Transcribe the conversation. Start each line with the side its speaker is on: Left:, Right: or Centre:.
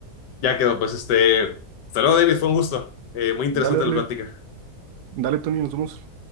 Left: Ya quedó, pues este. Hasta luego, David, fue un gusto. Eh, muy interesante
Right: Dale, dale,
Left: la plática.
Right: dale, Tony, nos vemos.